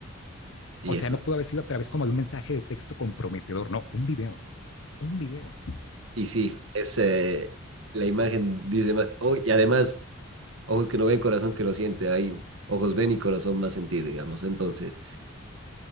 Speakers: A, on the right (about 65°); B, on the left (about 65°).
A: y
B: O
A: eso.
B: sea, no pudo haber sido a través como de un mensaje de texto comprometedor, no, un video, un video.
A: Y sí, es eh, la imagen dice más... oh, y además, ojos que no ven, corazón que no siente. Ahí, ojos ven y corazón va a sentir, digamos. Entonces...